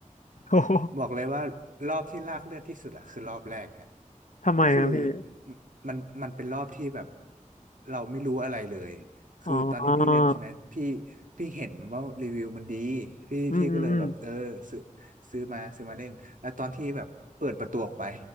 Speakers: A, on the left; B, on the right.
A: <laughs> โอ้โห
B: บอกเลยว่ารอบที่ลากเลือดที่สุดอะคือรอบแรกฮะ
A: ทำไมอะพี่
B: ก็คือมันมันเป็นรอบที่แบบเราไม่รู้อะไรเลยคือตอนที่พี่เล่นใช่ไหมพี่
A: อ๋อ
B: พี่เห็นว่ารีวิวมันดีพี่พี่ก็เลยแบบเออซื้อ
A: อืมอืมอืม
B: ซื้อมาซื้อมาเล่นแล้วตอนที่แบบเปิดประตูออกไป